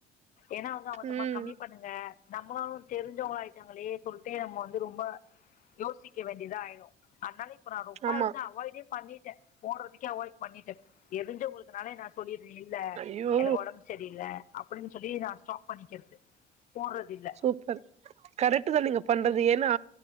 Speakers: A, on the left (about 50°); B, on the right (about 40°).
A: ஏனா அவுங்க அபத்தமா
B: ம்
A: கம்மி பண்ணுங்க க நம்மளு தெருஞ்சவங்க ஆய்ட்டாங்களே சொல்ட்டு நம்ம வந்து ரொம்ப யோசிக்க வேண்டியதா ஆயிறு அதுனால இப்ப நா ரொம்ப
B: ஆமா
A: வந்து அவாய்டே பண்ணிட்டே போட்றதுக்கே அவாய்ட் பண்ணிட்டே தெருஞ்சவங்களுக்கு னாலே நா சொல்லிற்றே இல்ல
B: ஐயோ
A: எனக்கு ஒடம்பு சரியில்ல அப்டின் சொல்லி நா ஸ்டாப் பண்ணிக்கிறது போட்றதில்ல
B: சூப்பரு கரெட்டு தா நீங்க பண்றது ஏனா